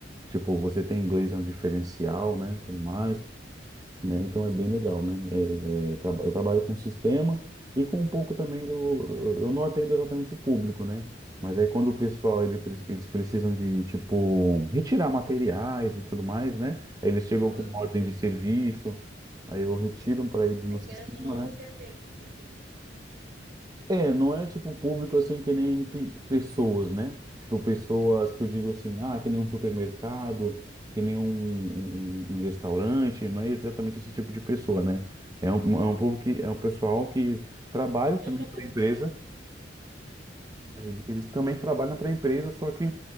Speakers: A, on the right; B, on the right.
A: Tipo, você tem inglês é um diferencial, né? Tudo mais, né? Então é bem legal, né? É, é, traba- eu trabalho com sistema e com um pouco também do. Eu não atendo exatamente o público, né? Mas aí quando o pessoal ele, pre- eles precisam de tipo retirar materiais e tudo mais, né? Aí eles chegam
B: Ah,
A: com uma ordem
B: sim.
A: de serviço, aí eu retiro para eles no
B: Aí,
A: sistema,
B: querendo ou não,
A: né?
B: você atende o público.
A: É, não é tipo público assim que nem cli- pessoas, né? Tipo pessoas que eu digo assim, ah, que nem um supermercado, que nem um, um- um restaurante, não é exatamente esse tipo de pessoa, né? É um, é um povo que é um pessoal que trabalha também
B: Eu trabalho
A: para a empresa,
B: nessa área.
A: eles, eles também trabalham para a empresa, só que